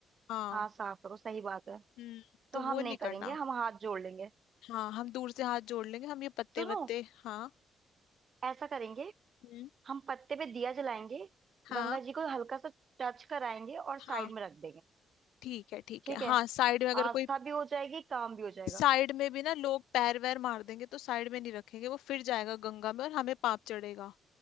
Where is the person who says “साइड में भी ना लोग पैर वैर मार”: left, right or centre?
Left